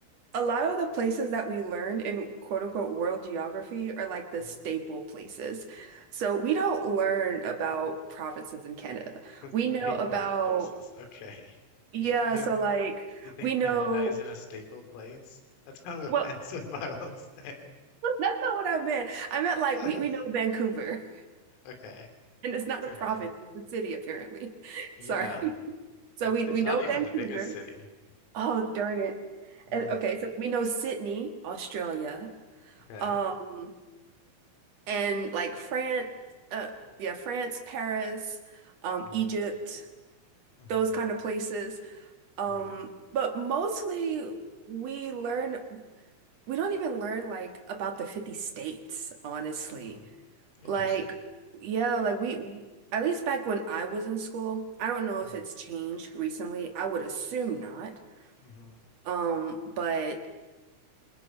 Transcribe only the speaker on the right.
a lot of the places that we learned in quote unquote world geography are like the
staple places. So we don't learn about provinces in Canada.
We know
about
yeah,
so
like
we know
well
<laughs>
<laughs> That's not what I meant. I meant like
we, we know Vancouver,
<laughs> and it's not
a province,
it's a city apparently. <laughs>
Sorry. So
we,
we
know
Vancouver.
Oh, darn it.
And, okay, so we know Sydney, Australia,
um, and like France, uh, yeah, France, Paris, um,
Egypt,
those kind of places. Um,
but mostly we learn, we don't even learn like about the 50 states, honestly.
Like, yeah, like we, at least back when I was in school, I don't know if
it's changed recently. I would assume not.
Um, but